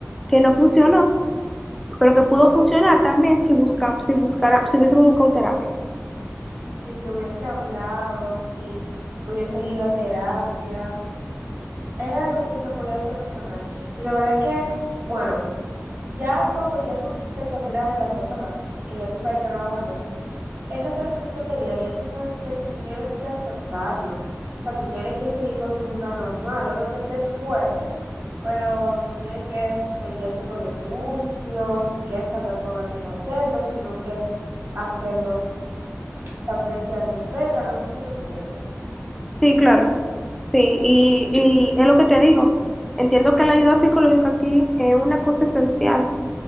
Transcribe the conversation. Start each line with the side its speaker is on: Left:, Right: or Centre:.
Centre: que no funcionó, pero que pudo funcionar también si busca, si buscara, si hubiésemos buscado terapia?
Right: Si se hubiese hablado, si hubiese ido a terapia, era algo que se podía solucionar. Y de verdad que, bueno. Ya cuando ya tú se termina la relación, ¿verdad? Que ya tú sabes que no va a volver. Esa transición de vida, ya tú sabes que tú tienes que aceptarlo. O sea, tú tienes que seguir con tu vida normal. Obviamente es fuerte, pero tú tienes que seguir haciendo lo tuyo. Si quieres hablar con alguien, hacerlo. Si no quieres hacerlo, también se respeta. No sé si me entiendes.
Centre: Sí, claro. Sí, y, y es lo que te digo. Entiendo que la ayuda psicológica aquí es una cosa esencial,